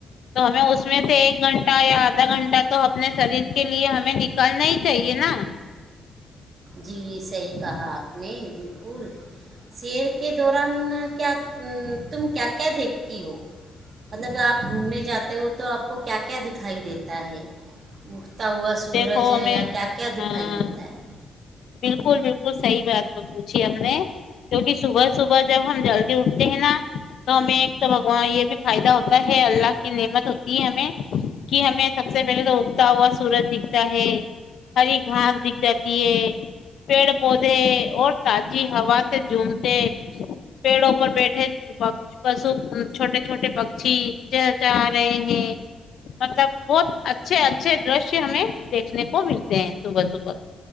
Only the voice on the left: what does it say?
تو ہمیں اس میں سے ایک گھنٹہ یا آدھا گھنٹہ تو اپنے شریر کے لیے ہمیں ن نہیں چاہیے نا
دیکھو ہمیں
ہاں
بالکل بالکل صحیح بات پ پوچھی ا آ ہم کیونکہ صبح صبح جب ہم جلدی اٹھتے ہیں نا تو ہمیں ایک تو بگوان یہ بھی فائدہ ہوتا ہے اللہ کی نعمت ہوتی ہے ہمیں کہ ہمیں سب سے پہلے تو اگتا ہوا سورج دکھتا ہے ہری گھاس دکھ جاتی ہے پیڑ پودے اور تازی ہوا سے جھومتے پیڑوں پر بیٹھے پشو چھوٹے چھوٹے پکشھی چہچہا رہے ہیں مطلب بہت اچھے اچھے دش ہمیں دیکھنے کو ملتے ہیں صبح صبح